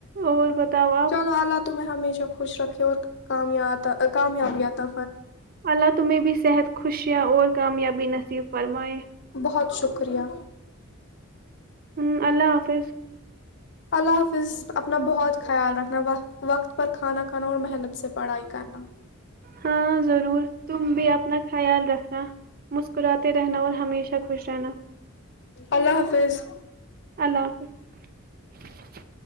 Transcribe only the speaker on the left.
چلو اللہ تمیں ہمیشہ خوش رکھے ہو کام کامیابیا تھا
بہت شکریہ
اللہ حافظ اپنا بہت خیال رکھنا وت وقت پر کھانا کھانا اور محنت سے پڑھائی کرنا
اللہ حافظ